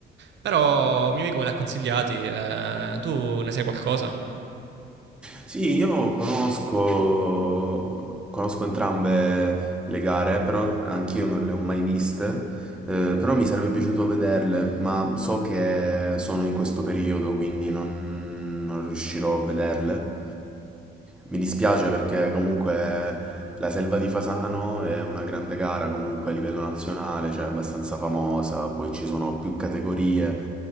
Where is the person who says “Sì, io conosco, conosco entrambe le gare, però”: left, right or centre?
Centre